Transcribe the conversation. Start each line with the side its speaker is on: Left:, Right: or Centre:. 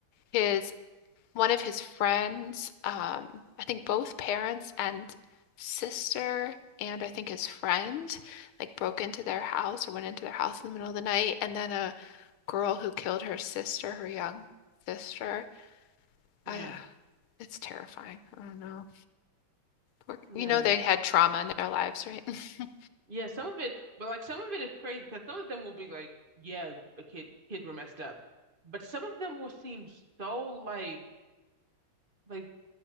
Left: his one of his friends, um, I think both parents and sister, and I think his friend, like broke into their house or went into their house in the middle of the night, and then a girl who killed her sister, her young sister
Right: Yeah.
Left: I, uh, it's terrifying. I don't know. Poor,
Right: Yeah.
Left: you know,
Right: and-
Left: they had trauma in their lives, right? <laughs>
Right: Yeah, some of it, but like some of it is crazy because some of them will be like, yeah, the kid kids were messed up. But some of them will seem so like like